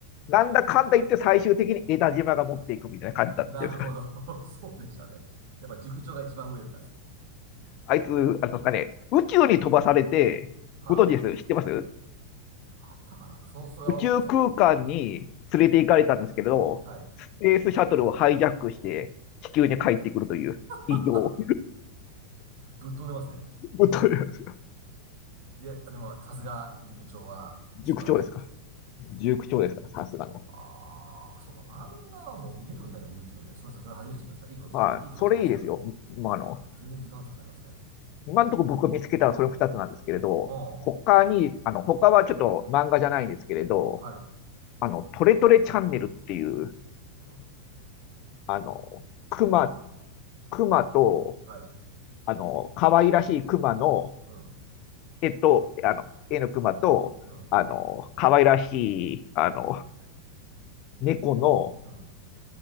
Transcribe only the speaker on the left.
なんだかんだ言って最終的に枝島が持っていくみたいな感じだったんです。
あいつ、あれですかね、宇宙に飛ばされて、
ご存知です知ってます
宇宙空間に連れて行かれたんですけど、
スペースシャトルをハイジャックして地球に帰ってくるという異常。
<laughs>
塾長ですか塾長ですかさすがの。
はい。
それいいですよ。まあ、あの、
今のところ僕が見つけたのはそれ2つなんですけれど、
他に、あの、他はちょっと漫画じゃないんですけれど、
あの、トレトレチャンネルっていう、
あの、熊、熊と、
あの、可愛らしい熊の
えっと、あの、絵の熊と、
あの、可愛らしい、あの、猫の、